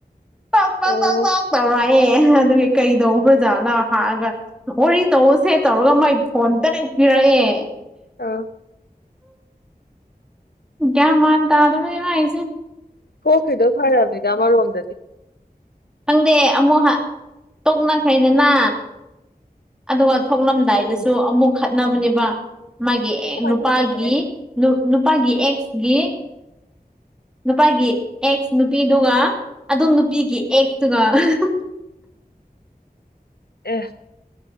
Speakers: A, in the centre; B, on the left.
A: ꯇꯣꯛ ꯇꯣꯛ
B: ꯑꯣ
A: ꯗꯣꯛ ꯗꯣꯛ ꯇꯧꯔꯥꯏ ꯑꯦ ꯑꯗꯨꯒꯤ ꯀꯩꯗꯧꯒ꯭ꯔꯖꯥꯠꯂ ꯍꯥꯏꯔꯒ ꯋꯥꯔꯤ ꯇꯧꯁꯦ ꯇꯧꯔꯒ ꯃꯥꯏ ꯐꯣꯟ ꯇꯔꯦ ꯄꯤꯔꯛꯑꯦ
B: ꯑꯥ
A: ꯒ꯭ꯌꯥꯟ ꯃꯥꯟ ꯇꯥꯗꯕꯅꯦ ꯃꯥꯏꯁꯦ
B: ꯊꯣꯛꯈ꯭ꯔꯤꯗꯣ ꯐꯔꯕꯅꯤꯗ ꯑꯃꯔꯣꯝꯗꯗꯤ
A: ꯈꯪꯗꯦ ꯑꯃꯨꯛ ꯇꯣꯛꯅꯈ꯭ꯔꯦꯗꯅ ꯑꯗꯨꯒ ꯊꯣꯛꯂꯝꯗꯥꯏꯗꯁꯨ
B: ꯊꯣꯛꯑꯣꯏꯅꯦ
A: ꯑꯃꯨꯛ ꯈꯠꯅꯕꯅꯦꯕ ꯃꯥꯒꯤ ꯑꯦꯛ
B: ꯀꯃꯥꯏꯅ
A: ꯅꯨꯄꯥꯒꯤ
B: ꯇꯧꯕ ꯍꯥꯏꯅꯣ
A: ꯅꯨꯄꯥꯒꯤ ꯑꯦꯛꯁꯒꯤ ꯅꯨꯄꯥꯒꯤ ꯑꯦꯛꯁ ꯅꯨꯄꯤꯗꯨꯒ ꯑꯗꯨꯝ ꯅꯨꯄꯤꯒꯤ ꯑꯦꯛꯁꯇꯨꯒ <unintelligible>
B: <inaudible> ꯑꯦ